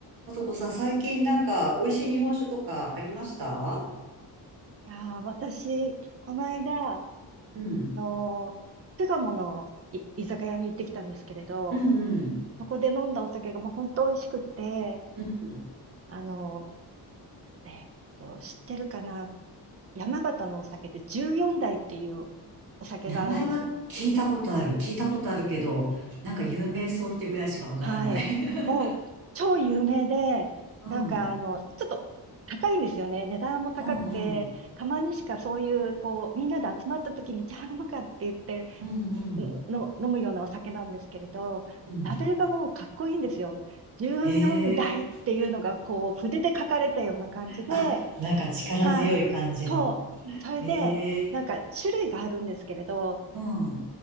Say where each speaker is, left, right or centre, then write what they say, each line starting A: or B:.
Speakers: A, on the right; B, on the right.
A: さとこさん、最近なんか美味しい日本酒とかありました
B: いやー、私、この間、あ
A: うん、
B: のー、巣鴨のい居酒屋に行ってきたんですけれど、
A: うん、うん、
B: そこで飲んだお酒がもう本当美味しくて、
A: うん。
B: あのー、えーっと、知ってるかな山形のお酒で14代っていうお酒があるんですよ。
A: 名前は聞いたことある。聞いたことあるけど、なんか有名そうっていうぐらいしかわからない。
B: はい。
A: <laughs>
B: もう超有名で、
A: うん、
B: なんかあの、ちょっと高いんですよね。値段も高くて、
A: うん、うん、
B: たまにしかそういう、こう、みんなで集まった時に、じゃあ飲むかって言って、
A: うん、うん。
B: の飲むようなお酒なんですけれど、
A: うん
B: ラベルがもうかっこいいんですよ。14代っていうのがこう筆で書かれたような感じで、
A: へえ。あ、なんか力強い感じの。
B: はい。そう。それで、
A: へえ。
B: なんか種類があるんですけれど、
A: うん、うん、